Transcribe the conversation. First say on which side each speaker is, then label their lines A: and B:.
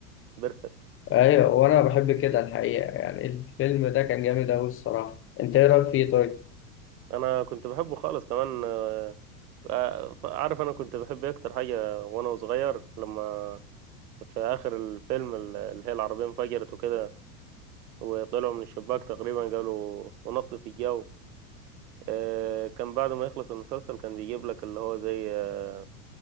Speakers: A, on the right; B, on the left.
A: بيرفكت
B: ايوه وانا بحب كده الحقيقه يعني الفيلم ده كان جامد اوي الصراحه انت ايه رايك فيه طيب
A: انا كنت بحبه خالص كمان ف- عارف انا كنت بحب إيه اكتر حاجه وانا صغير لما في اخر الفيلم ال- اللي هي العربيه انفجرت وكده وطلعوا من الشباك تقريبا قالوا ونط في الجو آه، كان بعد ما يخلص المسلسل كان بيجيب لك اللي هو زي آه،